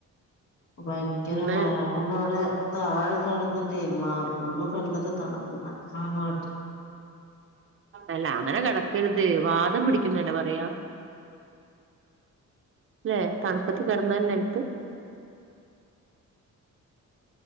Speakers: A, on the left; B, on the right.
A: ഭയങ്കര
B: ഇന്ന്
A: മഴ എവ്ടെ താഴെ കട്ന്നിട്ടേ മാർബ്ൾമേ കട്ന്നിട്ട് തണുപ്പ് <unintelligible>
B: അല്ല അങ്ങന കടക്കര്ത് വാദം പിടിക്കുന്നല്ലേ പറയാ അല്ലെ തൺപ്പത്ത് കട്ന്നാൽ നെൽത്ത്